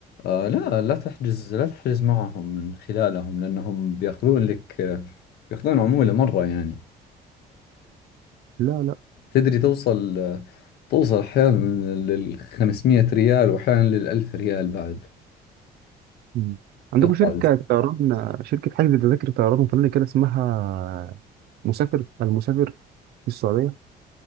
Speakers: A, on the left; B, on the right.
A: آه لا لا تحجز لا تحجز معهم من خلالهم لأنهم بيأخذون لك بيأخذون عمولة مرة يعني
B: لا لا
A: تدري توصل توصل أحيانا لل 500 ريال وأحيانا للألف ريال بعد
B: مم. عندكم
A: يطلع
B: شركة
A: الز-
B: طيران شركة حجز تذاكر طيران وفنادق كده اسمها مسافر المسافر في السعودية